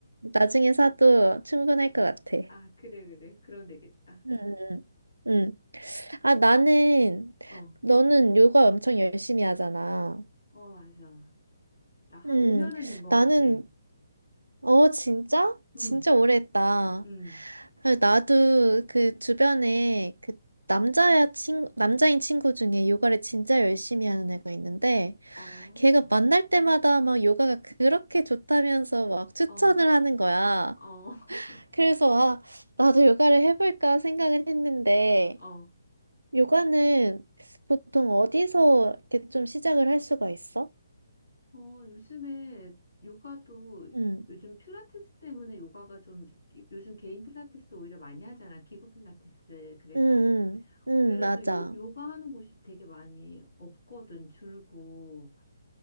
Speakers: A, on the right; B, on the left.
A: 나중에 사도 충분할 것 같아.
B: 아, 그래, 그래. 그럼 되겠다.
A: 음, 음. 음. 아, 나는,
B: 어,
A: 너는 요가 엄청 열심히 하잖아.
B: 어, 맞아. 나 한
A: 음,
B: 5년은 된 것
A: 나는,
B: 같아.
A: 어, 진짜?
B: 음,
A: 진짜 오래 했다.
B: 음.
A: 아, 나도 그 주변에 그 남자 친 남자인 친구 중에 요가를 진짜 열심히 하는 애가 있는데,
B: 어,
A: 걔가 만날 때마다 막 요가가 그렇게 좋다면서 막 추천을
B: 어,
A: 하는 거야.
B: 어, <laughs>
A: 그래서 아, 나도 요가를 해볼까 생각은 했는데
B: 어.
A: 요가는 보통 어디서 이렇게 좀 시작을 할 수가 있어?
B: 어, 요즘에 요가도
A: 응,
B: 요즘 필라테스 때문에 요가가 좀 이제 기- 요즘 개인 필라테스 오히려 많이 하잖아. 기구 필라테스. 그래서
A: 응, 응, 응,
B: 의외로
A: 맞아.
B: 또 요, 요가 하는 곳이 되게 많이 없거든. 줄고.